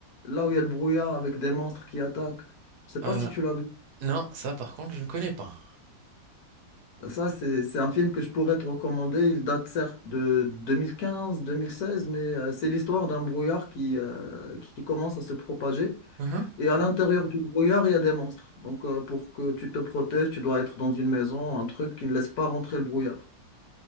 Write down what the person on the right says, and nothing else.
Euh,
non, ça, par contre, je ne connais pas.
Mhm.